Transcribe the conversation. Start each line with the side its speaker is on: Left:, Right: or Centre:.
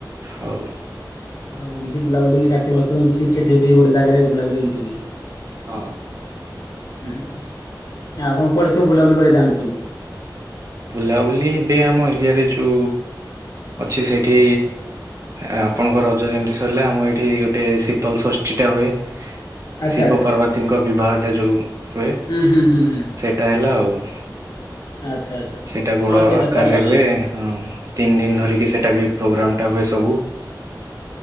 Right: ହଉ।
Left: ଆଉ ଏମତି ବୁଲାବୁଲି କାର୍ତ୍ତିକ ମାସ ସେ ସେଥିରେ ବି ଗୋଟେ ଜାଗାରେ ବୁଲାବୁଲି ଏମତି ହୁଏ।
Right: ହଁ
Left: <inaudible> ହୁଁ ଆପଣ କୁଆଡେ ସବୁ ବୁଲାବୁଲି କରିଯାଆନ୍ତି ସବୁ।
Right: ବୁଲାବୁଲି ଏବେ ଆମ ଏରିଆରେ ଯଉ ଅଛି ସେଇଠି ଆପଣଙ୍କ ରଜ ଯେମିତି ସରିଲା। ଆମ ଏଇଠି ଗୋଟେ ଶୀତଲ ଷଷ୍ଠୀ। ସେଟା ହୁଏ।
Left: ଆଚ୍ଛା
Right: ଶିବ
Left: ଆଚ୍ଛା
Right: ପାର୍ବତୀଙ୍କ ବିବାହ ଟା ଯୋଉ ହୁଏ,
Left: ହୁଁ ହୁଁ ହୁଁ ହୁଁ
Right: ସେଇଟା ହେଲା ଆଉ। <inaudible>
Left: ଆଚ୍ଛା ଆଚ୍ଛା
Right: ସେଇଟା ବଡ
Left: ହଁ ସେଇଟା
Right: ଆକାରରେ
Left: ତ
Right: ହୁଏ!
Left: ଇଏ
Right: ହଁ ତିନି ଦିନ ଧରିକି ସେଟା ବି ପ୍ରୋଗ୍ରାମ ଟା ହୁଏ ସବୁ।